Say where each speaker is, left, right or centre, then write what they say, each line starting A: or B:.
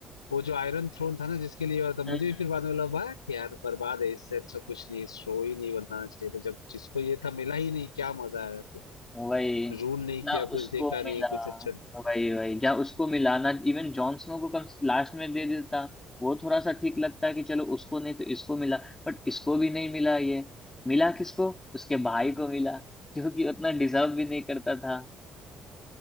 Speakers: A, on the left; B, on the left.
A: वो जो आयरन थ्रोन था ना जिसके लिए हुआ था
B: हम्म,
A: मुझे भी फिर बाद
B: <laughs>
A: में लगा भाई यार बर्बाद है इससे अच्छा कुछ नहीं शो ही नहीं बनाना चाहिए था जब जिसको ये था मिला ही नहीं क्या मजा आया फिर
B: हम्म। वही
A: रूल नहीं
B: ना
A: किया
B: उसको
A: कुछ देखा नहीं
B: मिला
A: कुछ अच्छा
B: वही वही जहाँ उसको मिला ना इवन जॉन स्नो को कम लास्ट में दे देता वो थोड़ा सा ठीक लगता है कि चलो उसको नहीं तो इसको मिला बट इसको भी नहीं मिला ये मिला किसको उसके भाई को मिला जो कि उतना डिजर्व भी नहीं करता था